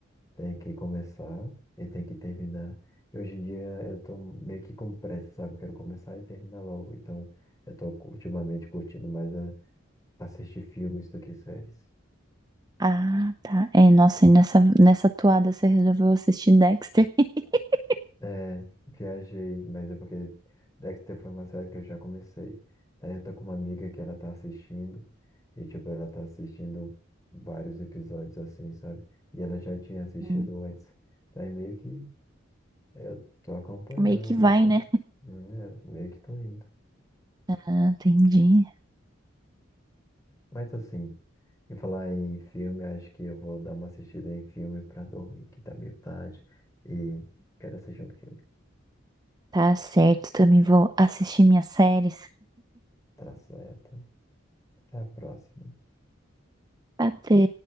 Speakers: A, on the left (about 15°); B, on the right (about 20°).
A: Tem que começar e tem que terminar. Hoje em dia eu tô meio que com pressa, sabe? Eu quero começar e terminar logo. Então eu tô cu- ultimamente curtindo mais a- assistir filmes do que séries.
B: Ah, tá. É, nossa, e nessa, nessa toada você resolveu assistir Dexter? <laughs>
A: É, viajei, mas é porque Dexter foi uma série que eu já comecei. Aí eu tô com uma amiga que ela tá assistindo e, tipo, ela tá assistindo vários episódios assim, sabe? E ela já tinha assistido
B: Hum,
A: antes. Daí meio que eu tô acompanhando,
B: Meio que vai,
A: assim,
B: né?
A: né? Meio que tô indo.
B: Ah, entendi.
A: Mas assim, em falar em filme, acho que eu vou dar uma assistida em filme pra dormir, que tá meio tarde. E quero assistir um filme.
B: Tá certo, também vou assistir minhas séries.
A: Tá certo. Até a próxima.
B: Até.